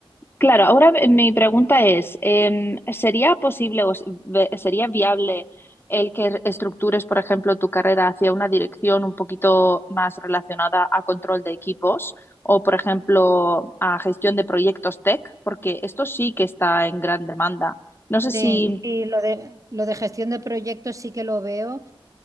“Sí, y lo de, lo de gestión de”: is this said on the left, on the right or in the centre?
Right